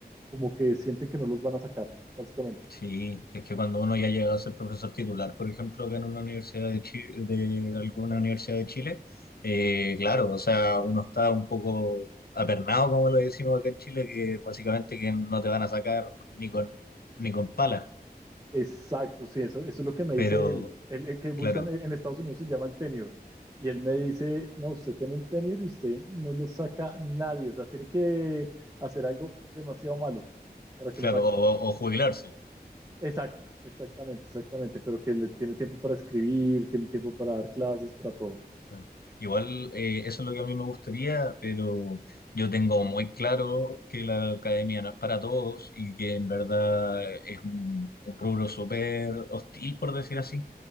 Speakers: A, on the right; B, on the left.
A: como que sienten que no los van a sacar, básicamente.
B: Sí, es que cuando uno ya llega a ser profesor titular, por ejemplo, que en una universidad de Chile, de alguna universidad de Chile, eh, claro, o sea, uno está un poco apernado, como lo decimos acá en Chile, que básicamente que no te van a sacar ni con ni con pala,
A: Exacto, sí, eso, eso es lo que me
B: pero
A: dice él. Él el que buscan
B: claro,
A: en en Estados Unidos se llama el tenure. Y él me dice, no, usted tiene el tenure y usted no lo saca nadie. O sea, tiene que hacer algo demasiado malo para que
B: claro,
A: lo saque.
B: o, o jubilarse.
A: Exacto, exactamente, exactamente. Pero que le tiene tiempo para escribir, tiene tiempo para dar clases, para todo.
B: Claro. Igual eh, eso es lo que a mí me gustaría, pero yo tengo muy claro que la academia no es para todos y que en verdad es un, un rubro súper hostil, por decir así.